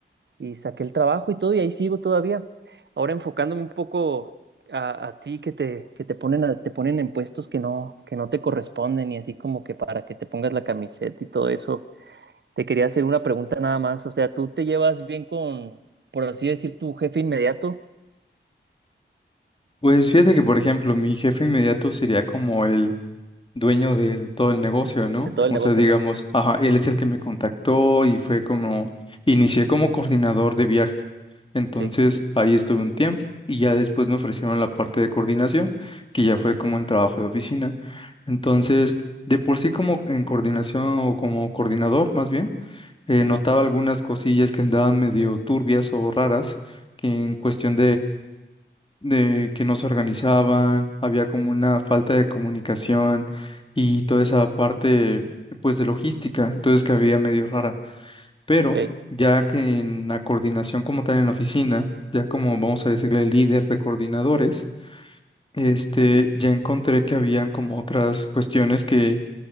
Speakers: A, on the right; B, on the left.
A: y saqué el trabajo y todo y ahí sigo todavía. Ahora enfocándome un poco a, a ti que te, que te ponen, a- te ponen en puestos que no, que no te corresponden y así como que para que te pongas la camiseta y todo eso. Te quería hacer una pregunta nada más. O sea, ¿tú te llevas bien con, por así decir, tu jefe inmediato
B: Pues fíjate que, por ejemplo, mi jefe inmediato sería como el dueño de todo el negocio, ¿no?
A: de todo el
B: O
A: negocio?
B: sea, digamos, ajá, él es el que me contactó y fue como, inicié como coordinador de viajes. Entonces,
A: Sí.
B: ahí estuve un tiempo y ya después me ofrecieron la parte de coordinación, que ya fue como el trabajo de oficina. Entonces, de por sí como en coordinación o como coordinador, más bien, eh,
A: ujú,
B: notaba algunas cosillas que andaban medio turbias o raras que en cuestión de que no se organizaban, había como una falta de comunicación y toda esa parte pues de logística, entonces que había medio rara. Pero
A: Ok,
B: ya que en la coordinación como tal en la oficina, ya como vamos a decirle líder de coordinadores, este, ya encontré que habían como otras cuestiones que,